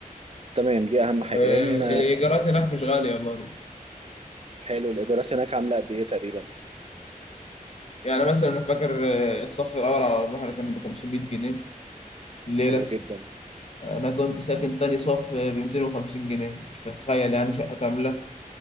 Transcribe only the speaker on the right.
تمام دي اهم
حاجه لان
حلو الايجارات هناك عامله قد ايه تقريبا
حلو جدا